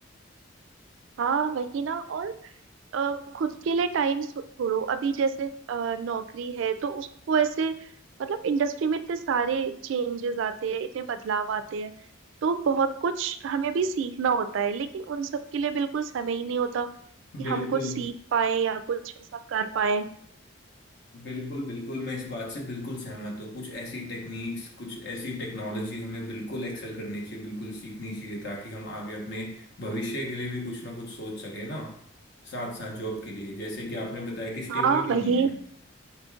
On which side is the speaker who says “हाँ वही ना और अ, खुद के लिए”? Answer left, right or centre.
Right